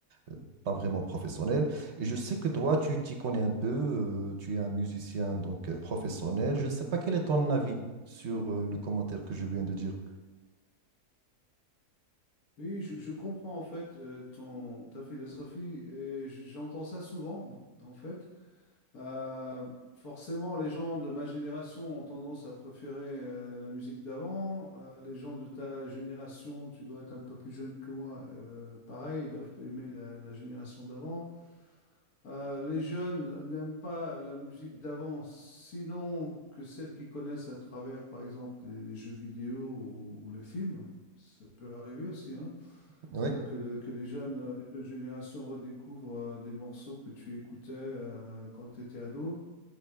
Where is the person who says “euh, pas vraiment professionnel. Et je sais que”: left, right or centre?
Right